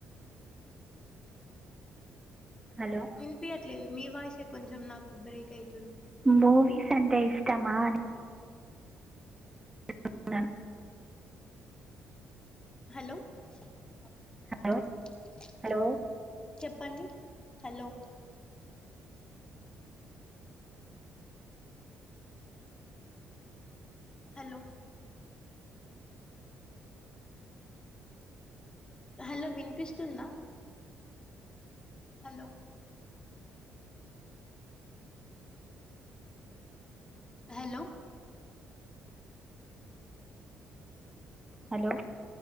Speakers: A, on the right; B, on the left.
A: హలో
B: వినిపియట్లేదు మీ వాయిస్ ఎ కొంచెం నాకు బ్రేక్ అయి
A: మూవీ స్ అంటే ఇష్టమా అని <unintelligible>
B: హలో అప్పుడొచ్చినాగనీ
A: హలో
B: మరీ
A: హలో
B: చెప్పండి హలో హలో హలో వినిపిస్తుందా hello hello
A: hello